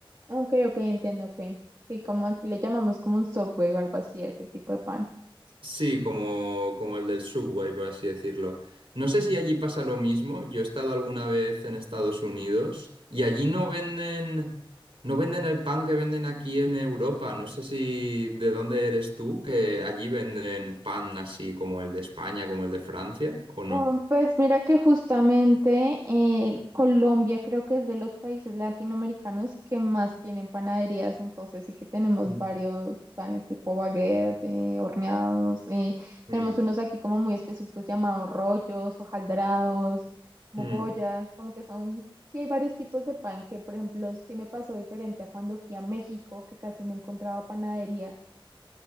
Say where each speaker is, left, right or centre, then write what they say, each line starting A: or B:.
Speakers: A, on the right; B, on the right.
A: Ok, ok, entiendo, ok. Sí, como aquí le llamamos como un Subway o algo así, ese tipo de pan.
B: Sí, como, como el del Subway, por así decirlo. No sé si allí pasa lo mismo. Yo he estado alguna vez en Estados Unidos y allí no venden, no venden el pan que venden aquí en Europa. No sé si de dónde eres tú, que allí venden pan así como el de España, como el de Francia, o no.
A: Um, Pues mira que justamente eh, Colombia creo que es de los países latinoamericanos que más tienen panaderías, entonces sí que tenemos
B: Mm.
A: varios panes tipo baguette, eh, horneados, eh,
B: Mm.
A: tenemos unos aquí como muy específicos llamados rollos, hojaldrados, mogollas,
B: Mm.
A: como que son, sí hay varios tipos de pan que por ejemplo sí me pasó diferente a cuando fui a México que casi no encontraba panaderías.